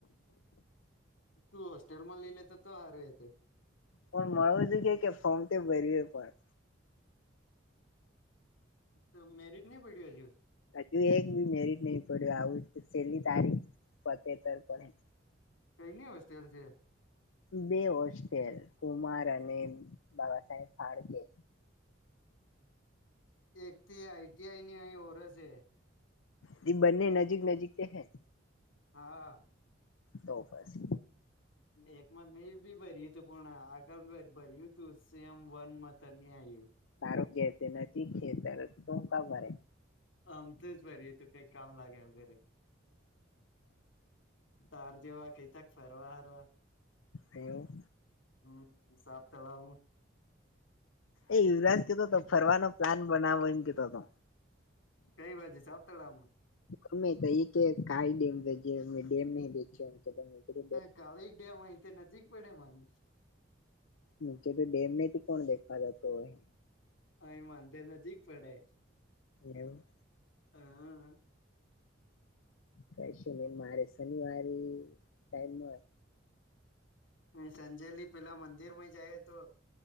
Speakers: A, on the left (about 70°); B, on the left (about 80°).
A: તું હોસ્ટેલ માં લઈ લેતો, તો હારુ એ હતો.
B: પણ મળું જો કે, કે ફોર્મ તે ભર્યું પણ.
A: તો મેરિટ નહીં પડ્યું, હજુ.
B: હજુ એક બી મેરિટ નહી પડ્યું, આવું છેલ્લી તારીખ પતેતર પણે.
A: કઈની હોસ્ટેલ છે?
B: બે હોસ્ટેલ કુમાર અને બાબા સાહેબ ફાળકે.
A: એક થી આઈ. ટી. આઈ ની અહીં ઓર છે.
B: જેિ બન્ને નજીક નજીક તે હૈ.
A: હા.
B: તો પાસ.
A: એકમા મેં બી ભરીયું હતુ, પૂર આગ ભરી. તું સેમ વન મત ન આવ્યું.
B: આરોગ્ય તે નથી, ખેતરે તમે ખબર.
A: અમથું જ ભયુ હતું, કંઈ કામ લાગે વગેરે. તાર જેવા કંઈક તક ફરવા હરવા.
B: એવું.
A: હમ, સાફ તળાવું.
B: એ યુવરાજ કતો હતો, ફરવાનો પ્લાન બનાવો, એમ કતો હતો.
A: કઈ બાજુ સાપ તળાવમાં?
B: અમે તો એ કઈ ડેમ નઈ દેખ્યો, અમે ડેમ ને બેયોને તે કીધું.
A: હવે તે ડેમ અહીંથી નજીક પડે એમ.
B: નીચે તો ડેમને કોણ દેખવા જતો હોય.
A: અહીં માંડે નજીક પડે.
B: એવું.
A: હા.
B: કશુ નહી, મારે શનિવારે ટાઈમ ન હોય.
A: સાંજે પેલા મંદિર માં જાય તો.